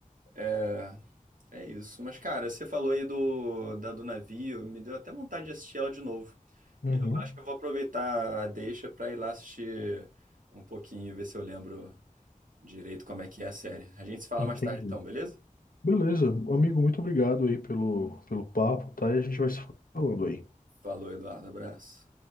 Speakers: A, on the right (about 70°); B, on the left (about 80°).
A: É, é isso. Mas, cara, você falou aí do, da do navio, me deu até vontade de assistir ela de novo.
B: uhum,
A: Eu acho que eu vou aproveitar a deixa pra ir lá assistir um pouquinho e ver se eu lembro direito como é que é a série. A gente se fala
B: entendi.
A: mais tarde então, beleza?
B: Beleza, amigo, muito obrigado aí pelo, pelo papo, tá? E a gente vai se falando aí.
A: Falou, Eduardo. Abraço.